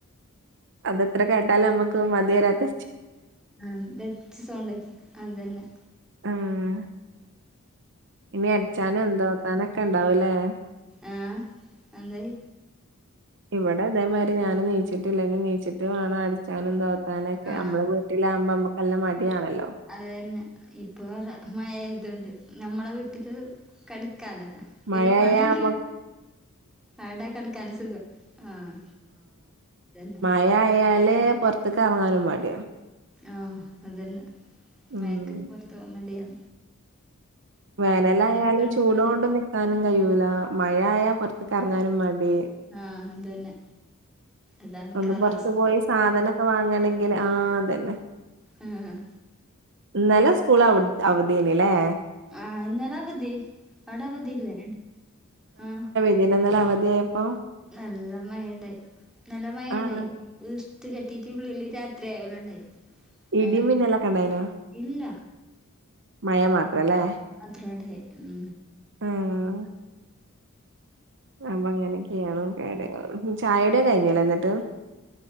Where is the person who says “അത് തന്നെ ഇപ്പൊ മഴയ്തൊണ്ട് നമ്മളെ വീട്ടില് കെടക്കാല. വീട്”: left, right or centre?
Centre